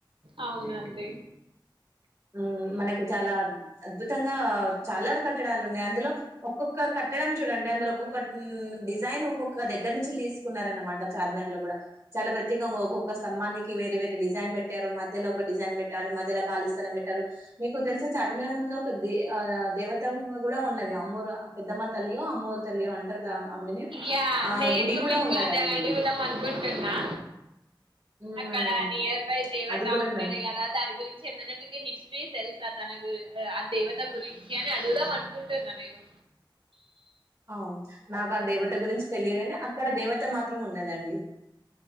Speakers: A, on the right; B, on the right.
A: అవునండి
B: హ్మ్. మనకు చాలా అద్భుతంగా చాల కట్టడాలు ఉన్నాయి అందులో ఒక్కొక్క కట్టడం చూడండి అందరు ఒక్కొక్క డిజైన్ ఒక్కొక్క దగ్గర నుంచి తీసుకున్నారనమాట చార్మార్ లో గూడా చాలా ప్రత్యేకంగా ఒక్కొక్క స్తంభానికి వేరే వేరే డిజైన్ పెట్టారు మధ్యలో ఒక డిజైన్ పెట్టారు మధ్యలో ఖళీ స్థలం పెట్టారు మీకు తెలుస చార్మినార్ ముందు ఒక దే దేవత కూడా ఉన్నది అమ్మరు పెద్దమ్మ తల్లియో అమ్మ రు తల్లియో అంటారు దా ఆమెని.
A: య
B: ఆ
A: నేను్
B: గుడి గూడా
A: మీకు
B: ఉన్నదండి.
A: అదే అడుగుదాం అనుకున్న కుంటున్నా
B: హ్మ్.
A: అక్కడ నియర్ బై దేవత
B: అది గూడా
A: ఉంటది
B: ఉందండి.
A: గదా దాని గురించి ఏమైనా మీకు హిస్టరీ తెలుసు తన గురించి ఆ దేవత గురించి అని అడుదాం అనుకుంటున్నా నేను
B: అవు నాకు ఆ దేవత గురించి తెలియదునే అక్కడ దేవత మాత్రం ఉన్నదండి